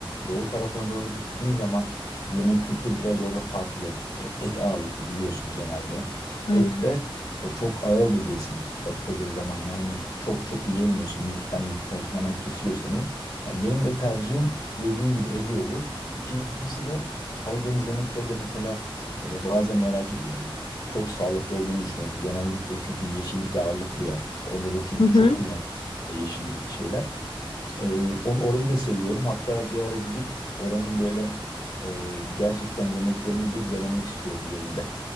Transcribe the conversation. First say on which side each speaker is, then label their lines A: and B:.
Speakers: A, on the left (about 50°); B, on the left (about 70°).
A: Doğu tarafına doğru gittiğin zaman yemek kültürü biraz orada farklı. E, Et ağırlıklı biliyorsun genelde. Et
B: Aynen.
A: de e, çok ağır bir besin bakıldığı zaman yani çok çok yiyemiyorsun. Bir iki tane yedikten sonra hemen kesiyor seni. Yani benim de tercihim dediğin gibi Ege olur. İkincisi de Karadeniz yemekleri de mesela e, bazen merak ediyorum. Çok sağlıklı olduğunu düşünüyorum. Genellikle çünkü yeşillik ağırlıklı ya. Orada da çünkü
B: Hı
A: çok
B: hı.
A: kullanılıyor yeşillikli şeyler. Ee, on- orayı da seviyorum. Hatta bir ara gidip oranın böyle e, gerçekten yemeklerini bir denemek istiyorum yerinde.